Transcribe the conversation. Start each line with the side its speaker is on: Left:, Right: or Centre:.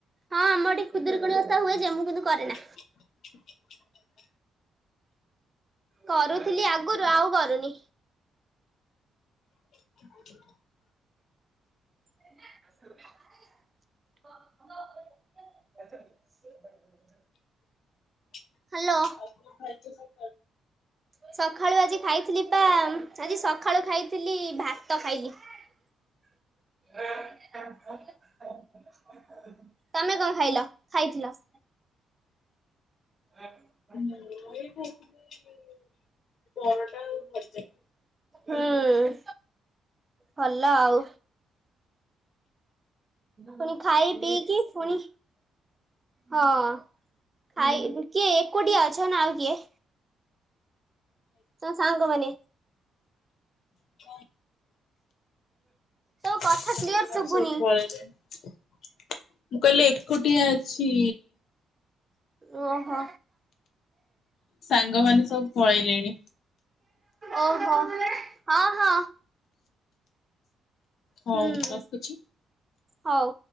Right: ହଁ ଆମର ଏଠି ଖୁଦୁରୁକୁଣୀ ଓଷା ହୁଏ ଯେ ମୁଁ କିନ୍ତୁ
Left: <unintelligible>
Right: କରେନା। କରୁଥିଲି ଆଗୁରୁ ଆଉ କରୁନି।
Left: <unintelligible>
Right: <inaudible>
Left: <inaudible>
Right: ହ୍ୟାଲୋ।
Left: କଣ ଖାଇଚ ସକାଳୁ?
Right: ସଖାଳୁ ଆଜି ଖାଇଥିଲି ପା ଆଜି ସଖାଳୁ ଖାଇଥିଲି ଭାତ ଖାଇଲି। <unintelligible> ତମେ କଣ ଖାଇଲ ଖାଇଥିଲ? <inaudible>
Left: ମୁଁ ଏଇ କହୁଥିଲି ପରଟା ଆଉ ଭଜା।
Right: ହୁଁ ଭଲ ଆଉ। ଫୁଣି ଖାଇ ପିଇକି ଫୁଣି ହଁ ଖାଇ କିଏ ଏକୁଟିଆ ଅଛ ନା ଆଉ କିଏ? ତମ ସାଙ୍ଗମାନେ।
Left: <unintelligible>
Right: ତୋ
Left: ସାଙ୍ଗମାନେ
Right: କଥା କ୍ଲିୟର ଶୁଭୁନି
Left: ସବୁ ପଳେଇଲେ। ମୁଁ କହିଲି ଏକୁଟିଆ ଅଛି।
Right: ଓହୋ
Left: ସାଙ୍ଗମାନେ ସବୁ ପଳେଇଲେଣି
Right: ଓହୋ ହଁ ହଁ।
Left: ହଉ
Right: ହୁଁ
Left: ରଖୁଛି।
Right: ହଉ।